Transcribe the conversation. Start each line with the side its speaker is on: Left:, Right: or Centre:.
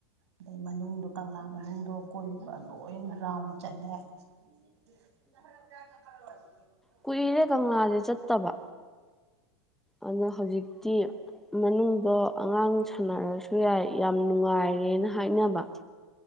Right: ꯑꯗꯩ ꯃꯅꯨꯡꯗꯣ ꯀꯪꯂꯥ ꯃꯅꯨꯡꯗꯣ ꯀꯣꯏꯕ ꯂꯣꯏ ꯔꯥꯎꯟ ꯆꯠꯂꯦ <unintelligible> <unintelligible>
Centre: ꯀꯨꯏꯔꯦ ꯀꯪꯂꯥꯁꯦ ꯆꯠꯇꯕ ꯑꯗꯣ ꯍꯧꯖꯤꯛꯇꯤ ꯃꯅꯨꯡꯗꯣ ꯑꯉꯥꯡ ꯁꯥꯟꯅꯔꯁꯨ ꯌꯥꯏ ꯌꯥꯝ ꯅꯨꯡꯉꯥꯏꯔꯦꯅ ꯍꯥꯏꯅꯕ